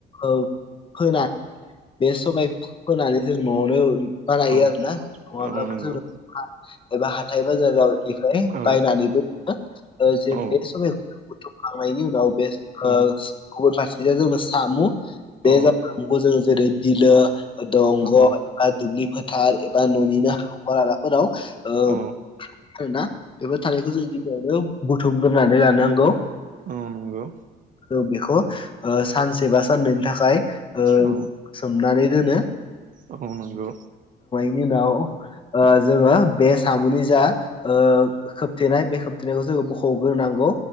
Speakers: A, on the left; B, on the right.
A: ओ फोनानै बे सबाय फोनानै जों न'आवनो बानायो
B: औ
A: आरोना नङाब्लाबो
B: औ नंगौ
A: जों एबा हाथाय बाजारावनिफ्राय
B: औ
A: बायनानैबो जे
B: औ
A: बे सबायखौ बुथुमखांनायनि उनाव बे
B: औ
A: गुबुन फारसेजों जोंनो साम' बे
B: औ
A: <unintelligible> खौ जोङो जेरै बिलो दंग'
B: औ
A: एबा दुब्लि फोथार बा न'निनो हाखर हालाफोराव ओ
B: औ
A: <inaudible> आरोना बेफोर थानायखौ जों गिबियावनो बुथुमग्रोनानै लानांगौ।
B: औ नंगौ।
A: जों बेखौ ओ सानसे बा साननैनि थाखाय ओ
B: औ
A: सोमनानै दोनो।
B: औ नंगौ।
A: बिनि उनाव ओ जोङो बे साम'नि जा ओ खोबथेनाय बे खोबथेनायखौ जोङो बख ग्रोनांगौ